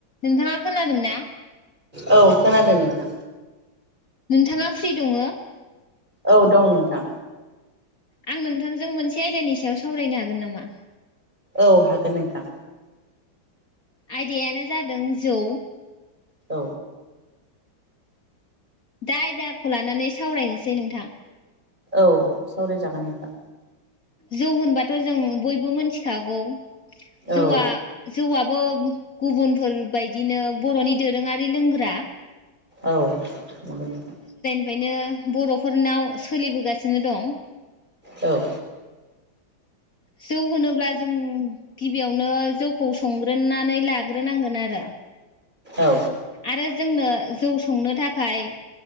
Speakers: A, on the left (about 45°); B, on the right (about 20°).
A: नोंथाङा खोनादों ना?
B: औ खोनादों नोंथां
A: नोंथाङा फ्रि दङो
B: औ दं नोंथां
A: आं नोंथांजों मोनसे आयदानि सायाव सावरायनो हागोन नामा?
B: औ हागोन नोंथां।
A: आयदायानो जादों जौ।
B: औ
A: दा आयदाखौ लानानै सावरायनोसै नोंथां।
B: औ सावरायजागोन नोंथां?
A: जौ होनबाथ' जों बयबो मोनथिखागौ
B: औ
A: जौआ जौआ बो गुबुनफोरबायदिनो बर'नि दोरोङारि लोंग्रा
B: औ नंगौ नोंथां।
A: बेनिखायनो बर'फोरनाव सोलिबोगासिनो दं।
B: औ
A: जौ होनोब्ला जों गिबियावनो जौखौ संग्रोनानै लाग्रोनांगोन आरो।
B: औ
A: आरो जोंनो। जौ संनो थाखाय